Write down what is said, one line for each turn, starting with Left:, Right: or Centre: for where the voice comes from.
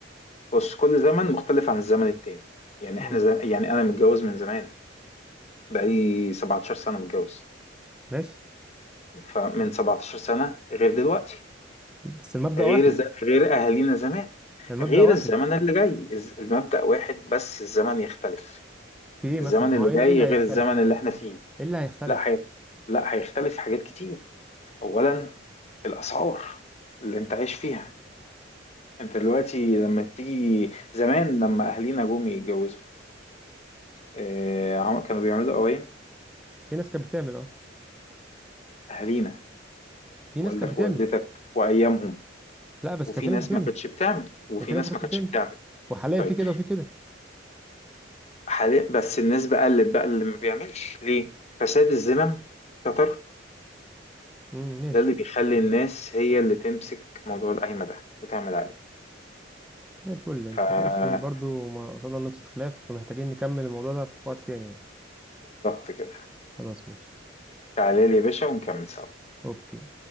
Left: بص كل زمن مختلف عن الزمن التاني يعني
Centre: مم.
Left: إحنا زم... يعني أنا متجوز من زمان بقالي 17 سنة متجوز
Centre: ماشي
Left: فمن 17 سنة غير دلوقتي
Centre: بس المبدأ
Left: غير
Centre: واحد
Left: ز... غير أهالينا زمان
Centre: المبدأ
Left: غير
Centre: واحد
Left: الزمن اللي جاي الز- المبدأ واحد بس الزمن يختلف
Centre: في ايه
Left: الزمن
Centre: مثلا ما
Left: اللي
Centre: هو ايه
Left: جاي
Centre: إيه اللي هيختلف
Left: غير الزمن اللي إحنا فيه
Centre: ايه اللي هيختلف
Left: لا هي... لا هيختلف حاجات كتير اولا الاسعار اللي انت عايش فيها انت دلوقتي لما تيجي زمان لما اهالينا جم يتجوزوا آه، عم- كانوا بيعملوا قوايم
Centre: في ناس كانت بتعمل اه
Left: اهالينا
Centre: في ناس
Left: والدك
Centre: كانت بتعمل
Left: ووالدتك وايامهم
Centre: لا بس
Left: وفي
Centre: كان في
Left: ناس
Centre: ناس بتعمل
Left: ما كانتش بتعمل وفي
Centre: وفي
Left: ناس
Centre: ناس ما كانتش
Left: ما كانتش
Centre: بتعمل
Left: بتعمل
Centre: وحاليا
Left: طيب
Centre: في كده وفي كده
Left: حاليا بس النسبة قلت بقى اللي ما بيعملش ليه فساد الذمم كتر
Centre: امم ماشي
Left: ده اللي بيخلي الناس هي اللي تمسك موضوع القايمة ده وتعمل عليه
Centre: زي الفل انت
Left: فبالظبط
Centre: ماشي برضو ما وصلنا لنقطة خلاف فمحتاجين نكمل الموضوع ده في وقت تاني يعني
Left: كده
Centre: خلاص ماشي
Left: تعالى لي يا باشا ونكمل سوا
Centre: اوكي